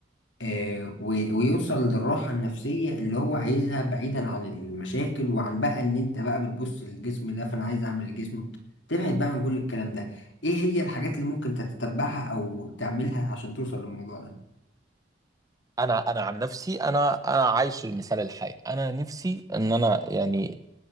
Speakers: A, on the left; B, on the right.
A: آه، و- ويوصل للراحة النفسية اللي هو عايزها بعيدا عن المشاكل وعن بقى ان انت بقى بتبص للجسم ده فانا عايز اعمل الجسم تبعد بقى عن كل الكلام ده ايه هي الحاجات اللي ممكن تتبعها او تعملها عشان توصل للموضوع ده
B: انا انا عن نفسي انا انا عايش المثال الحي انا نفسي ان انا يعني